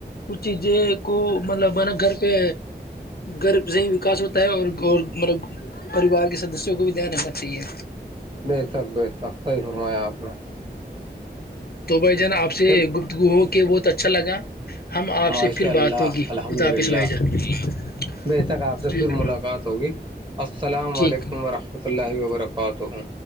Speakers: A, on the left; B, on the right.
A: کچھ چیزیں کو مطلب ہے نا گھر پہ گرب سے ہی وکاس ہوتا ہے اور مطلب پریوار کے سدسیوں کو بھی دھیان رکھنا چاہیے
B: بے شک بےش تک صحیح فرمایا آپ نے
A: تو بھائی جانا آپ سے
B: چل
A: گپتگو ہو کے بہت اچھا لگا ہم آپ
B: ماشاء
A: سے پھر
B: اللہ
A: بات ہوگی
B: الحمد
A: خد آپ
B: للہ
A: سلائی جان
B: بے شک آپ سے
A: ٹھیک
B: پھر ملاقات ہوگی السلام
A: ٹھیک
B: علیکم ورحمۃ اللہ وبرکات ہوں